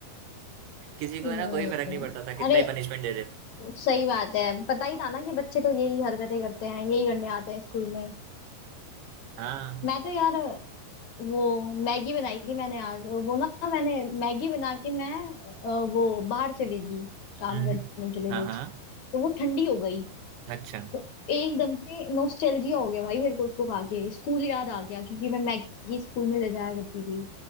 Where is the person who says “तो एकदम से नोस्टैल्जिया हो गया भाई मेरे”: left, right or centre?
Left